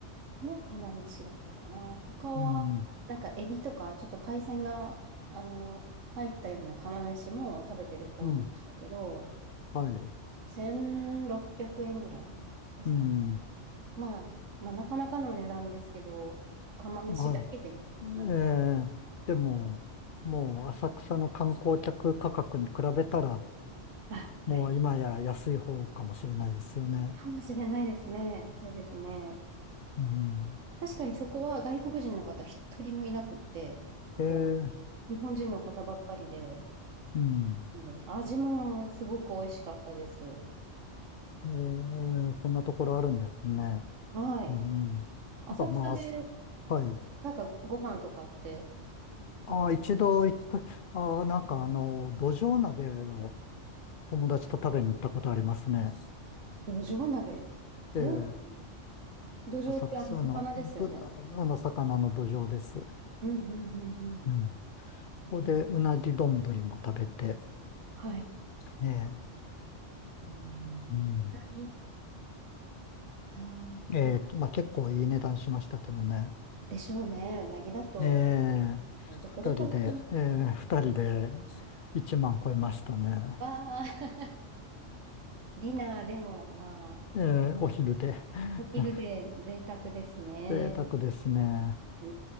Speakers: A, on the right (about 85°); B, on the left (about 55°).
A: の釜飯だったかな。他は、
B: うん、
A: なんか、エビとか、ちょっと海鮮が、あの、入ったような釜飯も食べてる子いましたけど、
B: うん、はい、
A: 1600円ぐらいですかね。
B: うん、
A: まあ、まあ、なかなかの値段ですけど、釜飯だけで、
B: まあ
A: なんで。
B: ええでも、もう浅草の観光客価格に比べたら、
A: あはい
B: もう今や安い方かもしれないですよね。
A: かもしれないですね。そうですね。
B: うん。
A: 確かにそこは外国人の方一人もいなくって、
B: ええ
A: こう、日本人の方ばっかりで、
B: うん。
A: うん、味もすごく美味しかったです。
B: ええそんなところあるんですね。
A: はい。
B: うん。
A: 浅草で、
B: やっぱまあ、すはい。
A: なんかご飯とかって
B: ああ、
A: 食べ、
B: 一度行った、ああ、なんかあの、土壌鍋を友達と食べに行ったことありますね。
A: どじょう鍋。
B: ええ
A: おー、どじょうってあの魚ですよね。
B: 浅草の、ど、あの、魚の土壌です。
A: うんうんうんう
B: うん。こ
A: ん。えー
B: こでうなぎ丼も食べて、
A: はい。
B: ええ、
A: うん。
B: うん。
A: うなぎ。いやーま
B: ええと、まあ、結構いい値段しましたけどね。
A: でしょうね。うなぎだと、
B: ええ、
A: どこで食べても、
B: 二人で、ええ、二人で1万超えましたね。
A: わーディナーでも、まあ、
B: ええ、お昼で。<laughs>
A: お昼で贅沢ですね。
B: 贅沢ですね。
A: う